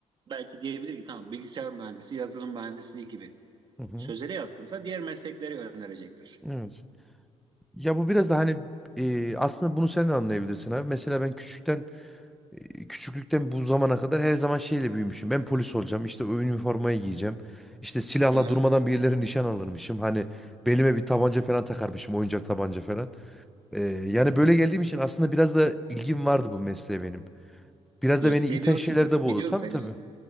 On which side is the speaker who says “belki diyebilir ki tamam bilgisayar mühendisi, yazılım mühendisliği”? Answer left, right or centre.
Right